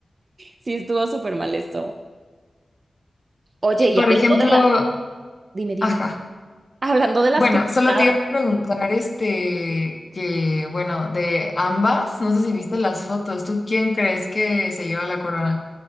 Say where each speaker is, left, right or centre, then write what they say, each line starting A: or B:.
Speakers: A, on the right; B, on the left.
A: Sí, estuvo súper mal esto. Oye,
B: Y por
A: y hablando
B: ejemplo,
A: de la... Dime, dime.
B: ajá.
A: Hablando de las
B: Bueno,
A: criticadas.
B: solo te iba a preguntar, este, que, bueno, de ambas, no sé si viste las fotos, ¿tú quién crees que se lleva la corona?